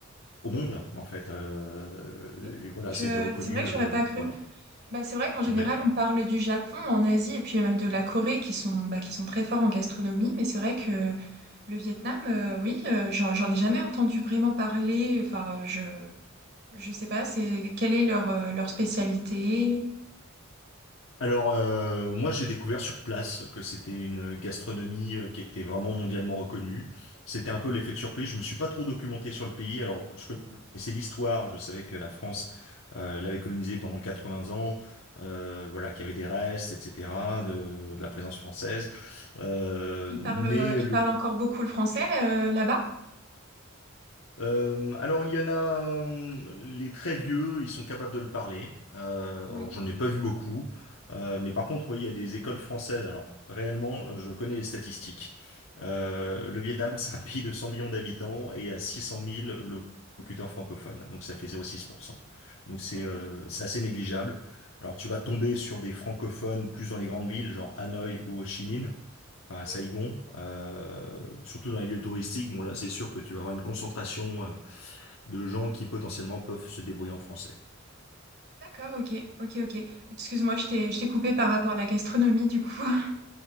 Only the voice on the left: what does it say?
au monde en fait Euh,
et voilà
ça a été reconnu
euh,
voilà
Ouais.
Alors, euh, moi, j'ai découvert sur place que c'était une gastronomie euh, qui était vraiment mondialement reconnue. C'était un peu l'effet de surprise. Je me suis pas trop documenté sur le pays. Alors, je connaissais l'histoire. Je savais que la France euh, l'avait colonisé pendant 80 ans. euh, voilà, qu'il y avait des restes, etc., de, de la présence française. Euh,
mais
le,
Euh, alors il y en a euh, les très vieux, ils sont capables de le parler. Euh,
alors j'en ai pas vu beaucoup, Euh, mais par contre, oui, il y a des écoles françaises. Alors réellement, je connais les statistiques. Euh, le Vietnam, c'est un pays de 100 millions d'habitants et à 600 000 locuteurs francophones, donc ça fait 0,6%. Donc c'est
euh, c'est assez négligeable. Alors tu vas tomber sur des francophones plus dans les grandes villes, genre Hanoï ou Ho Chi Minh, enfin, à
Saigon, euh, surtout dans les lieux touristiques. Bon, là, c'est sûr que tu vas avoir une concentration euh, de gens qui potentiellement peuvent se débrouiller en français.